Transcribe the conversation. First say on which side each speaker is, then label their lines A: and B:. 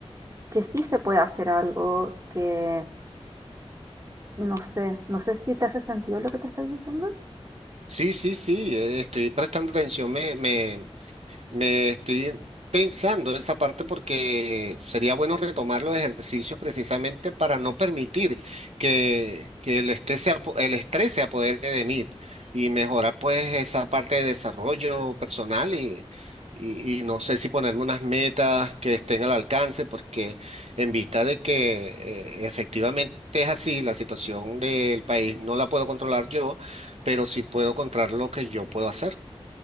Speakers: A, on the right; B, on the right.
A: que sí se puede hacer algo que, no sé, no sé si te hace sentido lo que te estoy diciendo.
B: Sí, sí, sí, eh, estoy prestando atención, me, me, me estoy pensando esa parte porque sería bueno retomar los ejercicios precisamente para no permitir que, que el estrés se, apo- el estrés se apodere de mí y mejorar pues esa parte de desarrollo personal y, y, y no sé si ponerme unas metas que estén al alcance porque en vista de que eh, efectivamente es así, la situación del país no la puedo controlar yo, pero sí puedo controlar lo que yo puedo hacer.